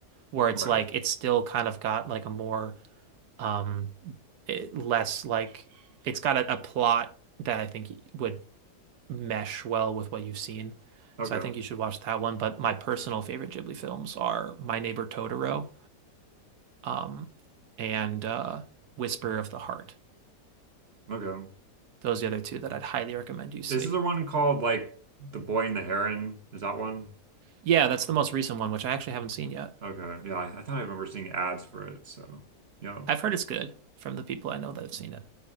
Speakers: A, on the right; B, on the right.
A: where it's
B: right.
A: like it's still kind of got like a more um it- less like it's got a, a plot that I think would mesh well with what you've seen.
B: Okay.
A: So I think you should watch that one, but my personal favorite Ghibli films are My Neighbor Totoro um, and uh, Whisper of the Heart.
B: Okay.
A: Those are the other two that I'd highly recommend you see.
B: This is the one called like The Boy and the Heron. Is that one?
A: Yeah, that's the most recent one, which I actually haven't seen yet.
B: Okay. Yeah, I, I thought I remember seeing ads for it. So, yeah.
A: I've heard it's good from the people I know that have seen it,